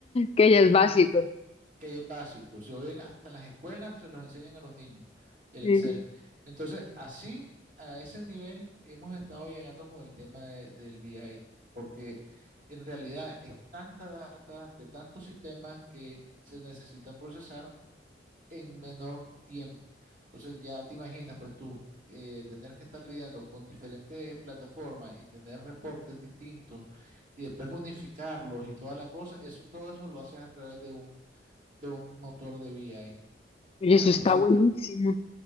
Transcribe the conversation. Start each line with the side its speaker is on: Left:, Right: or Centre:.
Left: que ya es básico.
Right: Eh, que es básico. Se oyen hasta en las escuelas, se los enseñan a los niños, el
Left: Sí,
Right: Excel.
Left: sí.
Right: Entonces, así, a ese nivel, hemos estado llegando con el tema de- del BI, porque en realidad es tanta data de tantos sistemas que se necesitan procesar en menor tiempo. Entonces, ya te imaginas, pues tú. eh, tener que estar lidiando con diferentes plataformas y tener reportes distintos y después unificarlos y toda la cosa, eso, todo eso lo haces a través de un de un motor de VI.
Left: Oye,
Right: ¿ya?
Left: eso
Right: Entonces
Left: está buenísimo.
Right: yo,